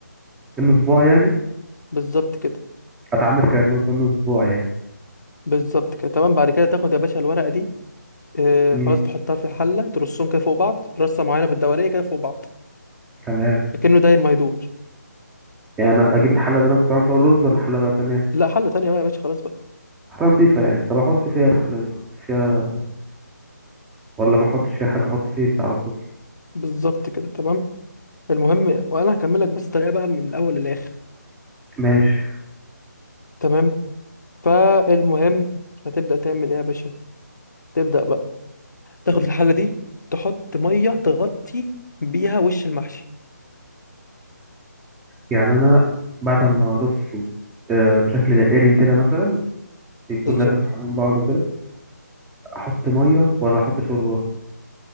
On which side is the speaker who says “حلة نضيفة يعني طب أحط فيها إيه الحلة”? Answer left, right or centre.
Centre